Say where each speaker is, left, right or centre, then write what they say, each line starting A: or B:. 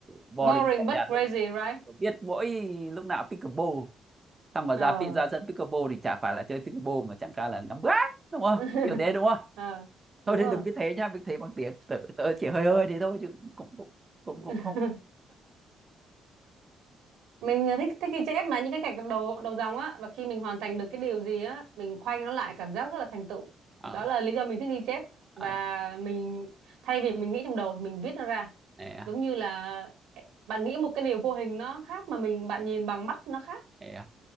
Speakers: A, on the right; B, on the right.
A: boring
B: boring
A: lạnh
B: but
A: nhạt
B: crazy
A: lúc
B: right
A: biết mỗi lúc nào pickleball xong mà
B: ờ
A: ra pi- ra sân pickleball thì chả phải là chơi pickleball mà chẳng cả là ngắm gác đúng
B: <laughs>
A: không kiểu thế đúng không
B: Ờ, đúng
A: thôi thì
B: rồi
A: đừng cứ thế nhá mình thế bằng tiếng tớ, tớ chỉ hơi hơi thế thôi chứ cũng cũng cũng
B: <laughs>
A: cũng không
B: mình thích thích ghi chép mà những cái gạch đầu đầu dòng á và khi mình hoàn thành được cái điều gì á mình khoanh nó lại cảm giác rất là thành tựu
A: Ờ,
B: đó là lý do mình thích ghi chép và
A: à,
B: mình thay vì mình nghĩ trong đầu thì mình viết nó ra
A: thế, à,
B: giống như là bạn nghĩ một cái điều vô hình nó khác mà mình bạn nhìn bằng mắt nó khác
A: thế, à.